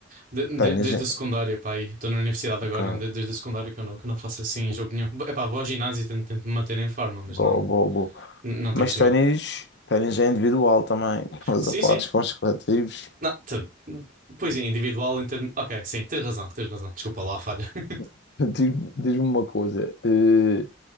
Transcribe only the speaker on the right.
de,
de- desde
o secundário, pá, aí. estou na universidade
agora, de- desde o secundário que eu não, que eu não faço assim jogo nenhum. Epá, vou ao ginásio e tento, tento me manter em forma, mas
não,
não
tenho jogado.
Sim,
sim.
Não, tu- pois é, individual em termos. Ok, sim, tens razão, tens razão. Desculpa lá a falha. <laughs>